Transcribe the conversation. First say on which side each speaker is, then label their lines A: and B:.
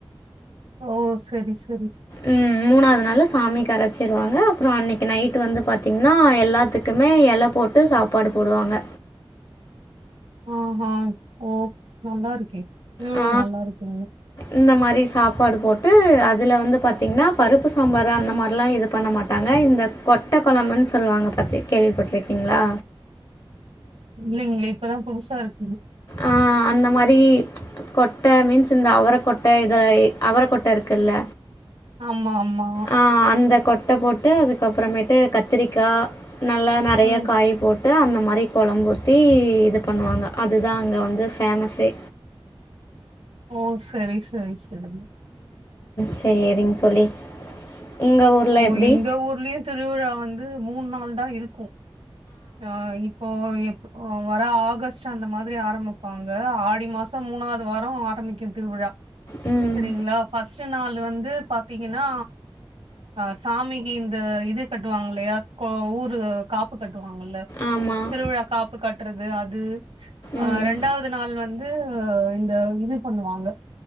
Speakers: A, on the right; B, on the left.
A: ஓ செரி செரி
B: உம் மூணாவது நாளு சாமி கரச்சிருவாங்க அப்புறோ அன்னிக்கு நைட்டு வந்து பார்த்தீங்கன்னா எல்லாத்துக்குமே எல போட்டு சாப்பாடு போடுவாங்க
A: ஆஹா ஓ நல்லாயிருக்கே திருவிழா
B: ஆ
A: நல்லாயிருக்க
B: இந்த மாரி சாப்பாடு போட்டு அதுல வந்து பார்த்தீங்கன்னா பருப்பு சாம்பாரு அந்த மாதிரிலா இது பண்ண மாட்டாங்க இந்த கொட்ட கொழம்புன்னு சொல்லுவாங்க பத்தி கேள்விப்பட்டுயிருக்கீங்களா
A: இல்லங்கலே இப்பதா புதுசாயிருக்
B: ஆ அந்த மாரி கொட்ட மீன்ஸ் இந்த அவர கொட்ட இத அவர கொட்டயிருக்குல்ல
A: ஆமா ஆமா
B: ஆ அந்த கொட்ட போ கூட்டு அதுக்கப்புறமேட்டு கத்திரிக்கா நல்லா நெறைய
A: ம்
B: காய் போட் ட்டு அந்த மாரி கொழம்பூத்தி இது பண்ணுவாங்க அதுதா அங்க வந்து ஃபேமஸே
A: ஓ செரி செரி செரி எறும்பு
B: சேரிங்க தோழி உங்க ஊர்ல
A: ஓ
B: எப்டி
A: எங்க ஊர்லயோ திருவிழா வந்து மூணு நாள்தான் இருக்கோ ஆ இப்போ வர ஆகஸ்ட் அந்த மாதிரி ஆரம்பிப்பாங்க ஆடி மாசோ மூணாவது வாரோ ஆரம்பிக்கோ திருவிழா
B: ம்
A: செரிங்களா ஃபஸ் ச் நாள் வந்து பாத்தீங்ன்னா அ சாமிக்கு இந்த இது கட்டுவாங்கலயா ஊரு காப்பு கட் கட்டுவாங்கல்ல
B: ஆமாம்
A: திருவ்ழா காப்பு காட் த்றது அது ஆ
B: ம்
A: ரெண்டாவது நாள் வந்து இந்த இது பண்ணுவாங்க